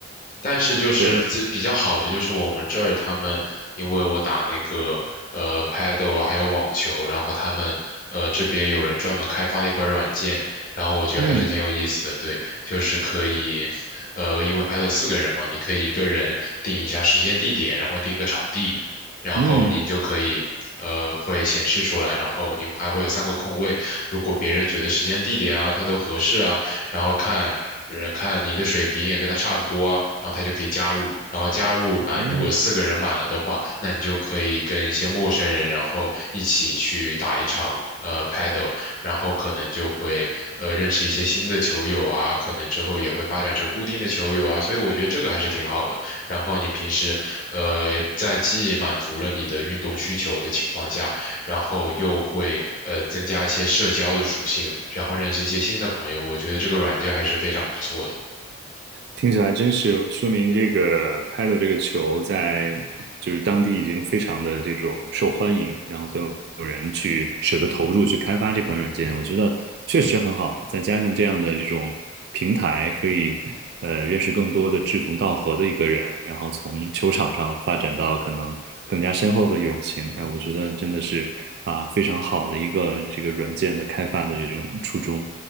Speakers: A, on the left; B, on the right.
A: 但是就是最比较好的就是我们这儿他们，
B: 对，
A: 因为我打那个呃 Paddle 啊，还有网球，然后他们呃这边有人专门开发了一款软件，然后我觉得还是挺有意思的。
B: 嗯
A: 对，就是可以，呃，因为 Paddle 四个人嘛，你可以一个人定一下时间地点，然后定一个场地，然后您就可以。
B: 嗯，
A: 呃，会显示出来，然后您还会有三个空位。如果别人觉得时间、地点啊，他都合适啊，然后看，呃，看您的水平也跟他差不多啊，然后他就可以加入。然后加入满，
B: 哦。
A: 如果四个人满了的话，那你就可以跟一些陌生人，然后一起去打一场呃 paddle，然后可能就会呃认识一些新的球友啊，可能之后也会发展成固定的球友啊，所以我觉得这个还是挺好的。然后你平时呃在既满足了你的运动需求的情况下，然后又会呃增加一些社交的属性，然后认识一些新的朋友。我觉得这个软件还是非常不错的。
B: 听起来真是有说明这个 paddle 这个球在就是当地已经非常的这种受欢迎，然后都有人去舍得投入去开发这款软件，我觉得确实很好。再加上这样的这种平台，可以呃认识更多的志同道合的一个人，然后从球场上发展到可能更加深厚的友情。哎，我觉得真的是啊非常好的一个这个软件的开发的这种初衷。